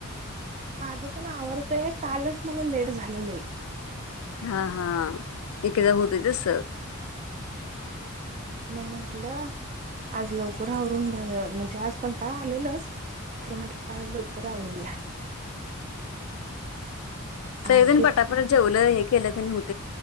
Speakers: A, on the right (about 35°); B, on the left (about 70°).
A: माझं पण आवडतय कालच मला लेट झालं नाही
B: हा हा एखादा होत तस
A: मग म्हंटलं आज लवकर आवरून म्हणजे आज कंटा आलेलच अ खरं म्हटल्या लकरा बया अ
B: सयजण
A: हे
B: पटापट जेवलं हे केलं क होत